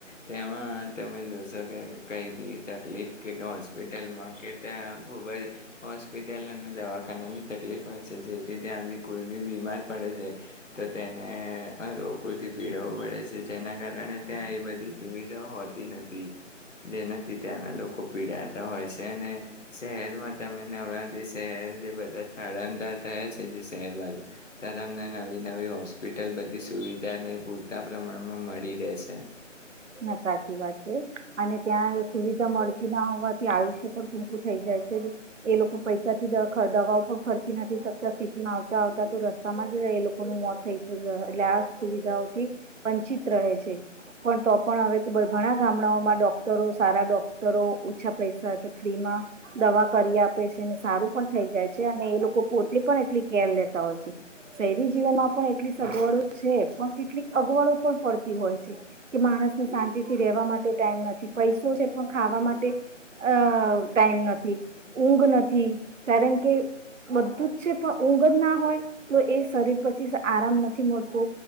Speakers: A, on the left (about 75°); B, on the right (about 75°).
A: તેમાં તમે જોશો કે કઈ બી તકલીફ કે હોસ્પિટલમાં કે ત્યાં ખૂબ જ હોસ્પિટલ અને દવાખાનાની તકલીફ હોય છે જેથી ત્યાં બી કોઈ બી બીમાર પડે છે. તો તેને લોકોગથી પીડવું પડે છે જેના કારણે ત્યાં એ બધી સુવિધા હોતી નથી જેનાથી ત્યાંના લોકો પીડાતા હોય છે અને શહેરમાં તમે હવેણા જે શહેર જે બધા સ્થળાંતર થયા છે જે શહેર બાજુ ત તમને નવી નવી હોસ્પિટલ બધી સુવિધાને પૂરતા પ્રમાણમાં મળી રહેશે.
B: ના સાચી વાત છે અને ત્યાં સુવિધા મળતી ના હોવાથી આયુષ્ય પણ ટૂંકું થઈ જાય છે એ લોકો પૈસાથી દવાઓ પણ ખર્ચી નથી શકતા સિટીમાં આવતા આવતા તો રસ્તામાં જ એ લોકોનું મોત થઈતું એટલે આ સુવિધાઓથી વંચિત રહે છે પણ તો પણ હવે તો ઘણા ગામડાઓમાં ડોક્ટરો સારા ડોક્ટરો ઓછા પૈસા કે ફ્રીમાં દવા કરી આપે છે સારું પણ થઈ જાય છે અને એ લોકો પોતે પણ એટલી કેર લેતા હોય છે શહેરી જીવનમાં પણ એટલી સગવડો છે પણ કેટલીક અગવડો પણ પડતી હોય છે. કે માણસને શાંતિ થી રેવા માટે ટાઈમ નથી પૈસો છે પણ ખાવા માટે અ ટાઈમ નથી ઊંઘ નથી કારણ કે બધું જ છે પણ ઊંઘ જ ના હોય તો એ શરીર પછી આરામ નથી મળતો